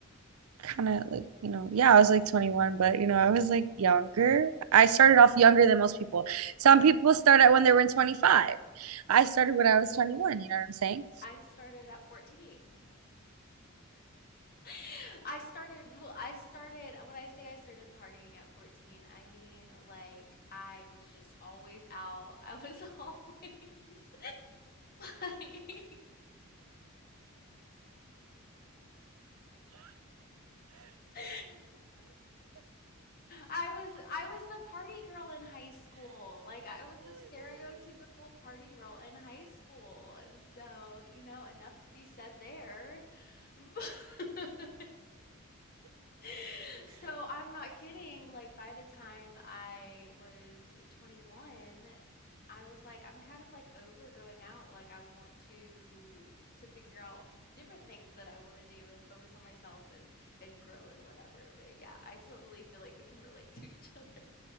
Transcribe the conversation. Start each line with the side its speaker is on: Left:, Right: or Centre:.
Right: kind of like, you know, yeah, I was like 21, but you know, I was like younger. I started off younger than most people. Some people
Left: Same.
Right: start at when they were in 25. I started when I was 21, you know what I'm saying?
Left: I started at 14. <laughs> <laughs> I started, well, I started, when I say I started partying at 14, I mean like I was just always out. I was <laughs> always <laughs> like <laughs> I was I was the party girl in high school. Like I was the stereotypical party girl in high school. And so, you know, enough to be said there. <laughs> <laughs> So, I'm not kidding, like, by the time I was 21, I was like, I'm kind of like over going out. Like, I want to to figure out different things that I want to do and focus on myself and and grow and whatever. But yeah, I totally feel like we can relate to each other.